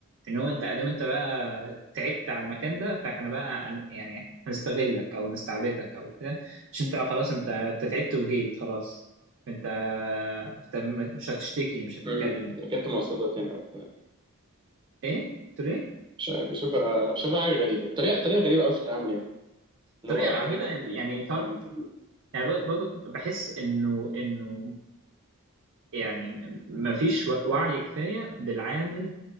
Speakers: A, on the right; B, on the right.
A: ان هو انت ادام انت بقى تعبت على المكان ده فاحنا بقى هن- يعني هنستغلك او نستعبدك او كده مش انت خلاص انت انت تعبت وجيت خلاص انت انت م- مش هتشتكي مش هتتكلم
B: مم. ركبت مواصلات تاني أو كده.
A: ايه قلت له ايه
B: مش عارف بشوفها بشوفها حاجه غريبه طريقه طريقه غريبه قوي في التعامل يعني اللي
A: طريقه
B: هو
A: عجيبه يعني تعرف
B: يعني المفروض
A: يعني ب- برضه بحس انه انه يعني مفيش وعي كفايه بالعامل